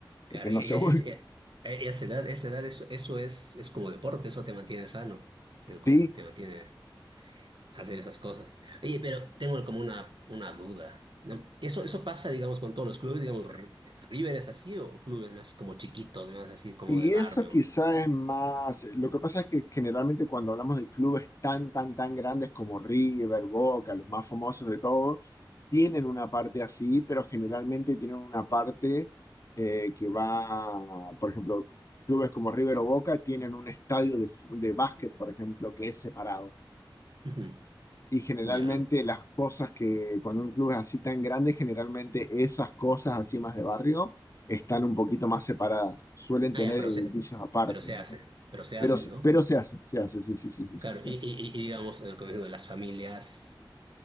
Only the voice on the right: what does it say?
Claro,
y,
y es-
y- a esa edad, esa edad eso, eso es, es como deporte, eso te mantiene sano.
Te, con-
te mantiene hacer esas cosas. Oye, pero tengo como una, una duda. ¿no? Eso, eso pasa, digamos, con todos los clubes, digamos, R- ¿River es así o clubes más como chiquitos, más así como
de barrio?
Ujú.
Ya.
Ah,
ya, pero
se,
pero se hace, pero se
hacen, ¿no?
Claro, y, y, y- y digamos, eh, como digo, las familias